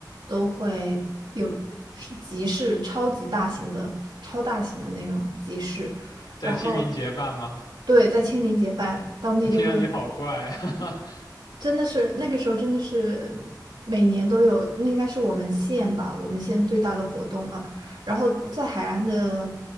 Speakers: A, on the right; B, on the left.
A: 都会有是集市，超级大型的、超大型的那种集市，
B: 在清明节办吗？
A: 然后对，在清明节办，
B: <laughs>
A: 当地就会
B: 那听上去好怪啊！<laughs>
A: 真的是那个时候真的是每年都有，那应该是我们县吧，我们县最大的活动了。然后在海岸的